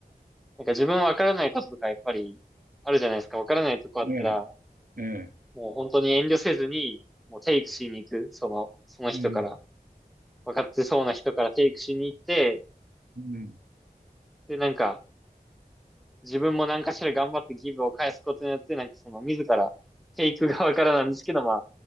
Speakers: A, in the centre; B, on the right.
A: なんか自分わからないこととかやっぱりあるじゃないですか。わからないとこあったら、
B: ねえ、ええ、
A: もう本当に遠慮せずに、もうテイクしに行く。その、その人から。
B: うん、
A: わかってそうな人からテイクしに行って、
B: うん、
A: で、なんか、自分も何かしら頑張ってギブを返すことによって、なんかその自ら、テイク側からなんですけど、まあ、